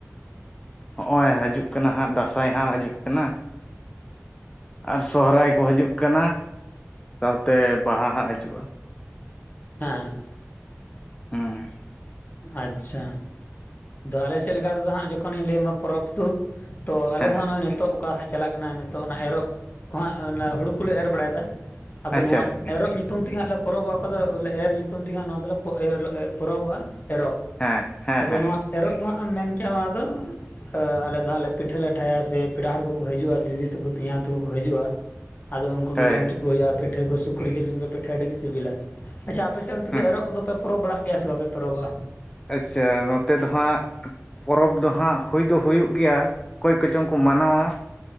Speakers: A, on the left; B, on the left.
A: ᱦᱚᱸᱜᱼᱚᱭ ᱦᱤᱡᱩᱜ ᱠᱟᱱᱟ ᱦᱟᱸᱜ ᱫᱟᱸᱥᱟᱭ ᱦᱟᱸᱜ ᱦᱤᱡᱩᱜ ᱠᱟᱱᱟ᱾ ᱟᱨ ᱥᱚᱦᱚᱨᱟᱭ ᱠᱚ ᱦᱤᱡᱩᱜ ᱠᱟᱱᱟ, ᱥᱟᱶᱛᱮ ᱵᱟᱦᱟ ᱦᱟᱸᱜ ᱦᱤᱡᱩᱜᱼᱟ᱾
B: ᱦᱟᱸ᱾
A: ᱦᱩᱸ᱾
B: ᱟᱪᱪᱷᱟ᱾ ᱟᱫᱚ ᱟᱞᱮ ᱥᱮᱫ ᱞᱮᱠᱟ ᱛᱚ ᱦᱟᱸᱜ ᱡᱚᱠᱷᱚᱱᱤᱧ ᱞᱟᱹᱭ ᱟᱟᱢᱟ ᱯᱚᱨᱚᱵᱽ ᱛᱩ ᱛᱚ ᱟᱞᱮ
A: ᱦᱮᱸ
B: ᱫᱚ ᱦᱟᱸᱜ ᱱᱚᱜᱼᱚᱭ ᱱᱤᱛᱚᱜ ᱚᱠᱟ ᱦᱟᱸᱜ ᱪᱟᱞᱟᱜ ᱠᱟᱱᱟ ᱱᱤᱛᱚᱜ ᱚᱱᱟ ᱮᱨᱚᱜ ᱠᱚ ᱦᱟᱸᱜ ᱚᱱᱟ ᱦᱩᱲᱩ ᱠᱚᱞᱮ ᱮᱨ ᱵᱟᱲᱟᱭᱫᱟ ᱟᱫᱚ
A: ᱟᱪᱪᱷᱟ
B: ᱱᱚᱣᱟ ᱮᱨᱚᱜ ᱧᱩᱛᱩᱢ ᱛᱮᱜᱮ ᱦᱟᱸᱜ ᱞᱮ ᱯᱚᱨᱚᱵᱚᱜᱼᱟ, ᱚᱠᱚ ᱫᱚᱮ ᱮᱨ ᱧᱩᱛᱩᱢ ᱛᱮᱜᱮ ᱦᱟᱸᱜ ᱱᱚᱣᱟ ᱫᱚᱞᱮ ᱮ ᱯᱚᱨᱚᱵᱚᱜᱼᱟ᱾ ᱮᱨᱚᱜ
A: ᱦᱮᱸ ᱦᱮᱸ
B: ᱟᱫᱚ
A: ᱦᱮᱸ
B: ᱱᱚᱣᱟ ᱮᱨᱚᱜ ᱫᱚ ᱦᱟᱸᱜ ᱮᱢ ᱢᱮᱱ ᱠᱮᱜᱼᱟ ᱱᱚᱣᱟ ᱫᱚ ᱮ ᱟᱞᱮ ᱫᱚ ᱦᱟᱸᱜ ᱞᱮ ᱯᱤᱴᱷᱟᱹ ᱞᱟᱴᱷᱟᱭᱟ ᱥᱮ ᱯᱮᱲᱟ ᱦᱚᱲ ᱠᱚᱠᱚ ᱦᱤᱡᱩᱜᱼᱟ ᱫᱤᱫᱤ ᱛᱟᱠᱚ ᱛᱮᱧᱟᱝ ᱛᱟᱠᱚ ᱠᱚ ᱦᱤᱡᱩᱜᱼᱟ᱾ ᱟᱫᱚ ᱩᱝᱠᱩ
A: ᱦᱳᱭ
B: ᱜᱮ ᱡᱚᱢᱪᱚ ᱠᱚ ᱦᱩᱭᱩᱜᱼᱟ ᱯᱤᱴᱷᱟᱹ ᱠᱚ ᱥᱩᱠᱨᱤ ᱡᱤᱞ ᱥᱚᱢᱜᱮ ᱯᱤᱴᱷᱟᱹ ᱟᱹᱰᱤ ᱜᱤ ᱥᱤᱵᱤᱞᱟ᱾ ᱟᱪᱪᱷᱟ ᱟᱯᱮ ᱥᱮᱫ ᱚᱱᱛᱮ
A: ᱦᱮᱸ
B: ᱫᱚ ᱮᱨᱚᱜ ᱠᱚᱫᱚ ᱯᱮ ᱯᱚᱨᱚᱵᱽ ᱵᱟᱲᱟᱜ ᱜᱮᱭᱟ ᱥᱮ ᱵᱟᱯᱮ ᱯᱚᱨᱚᱵᱚᱜᱼᱟ?
A: ᱟᱪᱪᱷᱟ ᱱᱚᱛᱮ ᱫᱚ ᱦᱟᱸᱜ ᱯᱚᱨᱚᱵᱽ ᱫᱚ ᱦᱟᱸᱜ ᱦᱩᱭ ᱫᱚ ᱦᱩᱭᱩᱜ ᱜᱮᱭᱟ ᱚᱠᱚᱭ ᱠᱚᱪᱚᱝ ᱠᱚ ᱢᱟᱱᱟᱣᱟ᱾